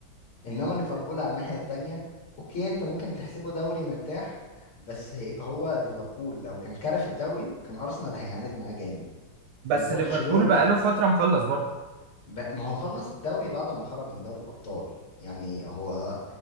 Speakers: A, on the left (about 85°); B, on the right (about 80°).
A: إنما ليفربول على الناحية التانية أوكي أنت ممكن تحسبه دوري مرتاح بس هو ليفربول لو كان كرف الدوري كان أرسنال هيعاند معاه جامد
B: بس
A: وبرشلونة
B: ليفربول بقى له فتره مخلص برضو
A: ب... ما هو خلص الدوري بعد ما خرج من دوري الأبطال يعني هو